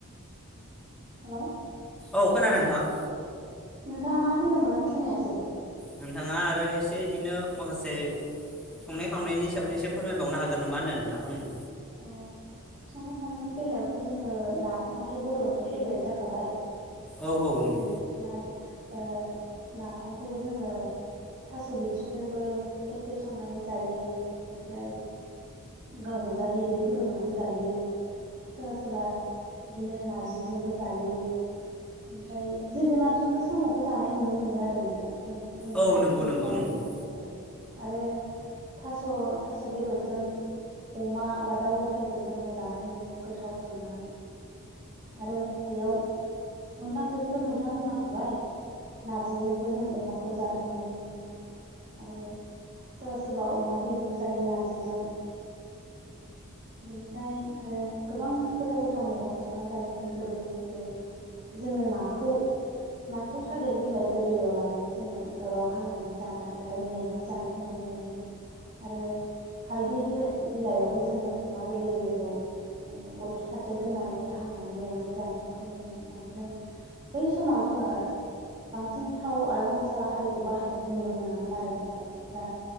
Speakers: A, on the right (about 30°); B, in the centre.
A: हेल'।
B: औ खोनादों नोंथां।
A: नोंथाङा मा होनदोंमोन आं खोनायासै।
B: नोंथाङा आरो एसे इदिनो माखासे। संनाय खावनायनि सायावनो एसे फोरमायबावनो हागोन नामा होन्दों नोंथाङां आंनो।
A: अ। संनाय खावनायनि बेलायावथ' जोङो नाफामाथ' बर'नि फेभरेट जाखाबाय।
B: औ औ नंगौ।
A: ना ओ नाफामखौबो जोङो। थास' बिथ्रिजोंबो खेब खेब संनानै जायो ओमफ्राय। गाव गोजा बिदै फुदुंनाबो जायो। सोरबा सोरबा बिदिनो नारजिजोंबो जायो ओमफ्राय। जोगोनारजोंबो साम'खौ जानाय नुनो मोनो आरो नोंथां जों जों
B: औ नंगौ
A: जोंनि
B: नंगौ
A: गामियाव
B: नंगौ
A: औ। आरो थास' थास' बेदरजों। अमा बा दाउ लकेलखौ जोङो जानाय नुयो गोथाव संनानै। आरो बेयाव अनला ओंख्रि। बेखौथ' नोंथाङा बुंलांखाबाय नारजिजोंबो जों अमाखौ जानाय नुयो मोनो। आरो सोरबा सोरबा अमा बेदरबो जायो नारजिजों बेनिफ्राय आरो गोबां गोथाव गोथाव मैगं संना जायोमोन गोदो जेरै जोङो नाखौ नाखौ थालिर बिलाइ गोरलैयाव लानानै जोङो अराव हामनानै जानाय आरो नेेनानै जानायखौ नुनो मोनो मोनोमोन आरो हालदै बिला बिलाइआवबो जोङो ना गोरलै गोरलैखौ माने अरखि खाथियाव दोननानै हांनानै नेनानै जानायखौ नुयोमोन माने जों बै समाव जोङो बांसिन थाव आरो मसला हारिखौ बाहायनायखौ नुनो मोनामोन आरो नोंथां दा